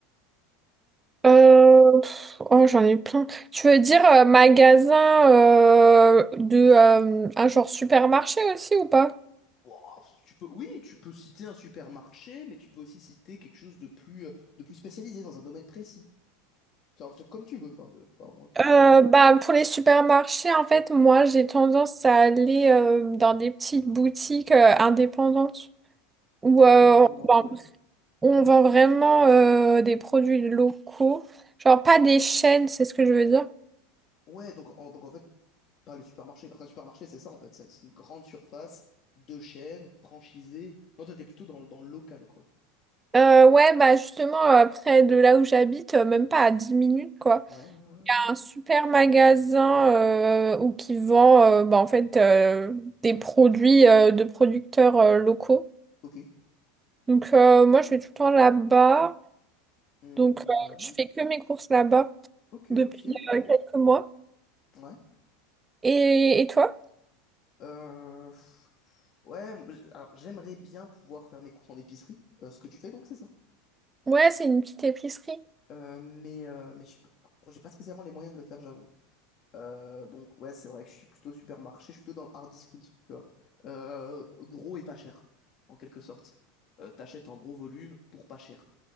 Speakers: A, on the right; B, on the left.
A: Euh, pff, oh, j'en ai plein. Tu veux dire euh, magasin euh, de euh, un genre supermarché aussi ou pas?
B: Ouah, tu peux, oui, tu peux citer un supermarché, mais tu peux aussi citer quelque chose de plus, euh, de plus spécialisé dans un domaine précis. C'est c'est comme tu veux, enfin, euh, pas moi qui,
A: Euh,
B: voilà.
A: bah, pour les supermarchés, en fait, moi, j'ai tendance à aller euh, dans des petites boutiques euh, indépendantes où
B: Indépendante,
A: euh, on
B: ouais.
A: vend, on vend vraiment euh, des produits locaux. Genre, pas des chaînes, c'est ce que je veux dire.
B: Ouais, donc en, donc en fait, pas le supermarché. Parce qu'un supermarché, c'est ça, en fait. C'est c'est une grande surface, deux chaînes, franchisée. Non, toi, t'es plutôt dans, le- dans le local, quoi.
A: Euh, ouais, bah, justement, euh, près de là où j'habite, euh, même pas à 10 minutes, quoi.
B: Ouais, ouais, ouais, ouais.
A: un super magasin euh, où qui vend euh, bah, en fait euh, des produits euh, de producteurs euh, locaux.
B: Ok.
A: Donc euh, moi je vais tout le temps là-bas.
B: Hum,
A: Donc euh,
B: ouais.
A: je fais que mes courses là-bas
B: Ok,
A: depuis
B: ok.
A: euh, quelques mois.
B: Ouais.
A: Et, et toi?
B: Euh, pff, ouais, moi, j- alors j'aimerais bien pouvoir faire mes courses en épicerie, euh, ce que tu fais donc, c'est ça?
A: Ouais, c'est une petite épicerie.
B: Euh, mais euh, mais je peux pas- j'ai pas spécialement les moyens de le faire, j'avoue. Euh, donc ouais, c'est vrai que je suis plutôt supermarché, je suis plutôt dans le hard discount, tu vois. Euh, gros et pas cher, en quelque sorte. Euh, t'achètes en gros volume pour pas cher.